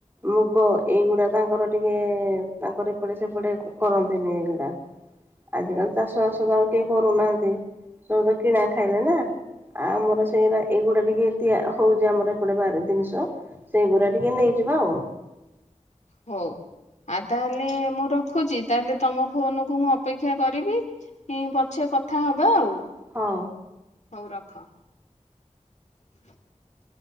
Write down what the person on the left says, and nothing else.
ହଉ। ଆଉ ତାହେଲେ ମୁଁ ରଖୁଛି ତାହେଲେ ତମ ଫୋନ କୁ ମୁଁ ଅପେକ୍ଷା କରିବି ପଛେ କଥା ହବା ଆଉ।
ହଉ ରଖ। <inaudible>